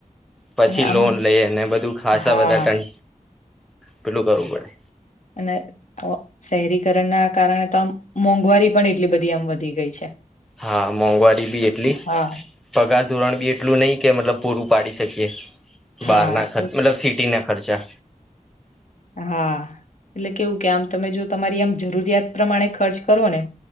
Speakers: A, in the centre; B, on the left.
A: પછી
B: અને આમ
A: લોન લઈ, અને બધું ખાસા
B: હા
A: બધા, ટન પેલું કરવું પડે.
B: અને શહેરીકરણના કારણે તો, આમ મોંઘવારી પણ એટલી બધી આમ વધી ગઈ છે.
A: હા, મોંઘવારી બી એટલી,
B: હા.
A: પગાર ધોરણ બી એટલું નહીં કે, મતલબ પૂરું. ઉપડી શકીએ
B: હા
A: બહાર ના,
B: તો
A: મતલબ સિટીના ખર્ચા.
B: હા, એટલે કેવું કે, આમ તમે જો તમારી આમ જરૂરિયાત પ્રમાણે ખર્ચ કરો ને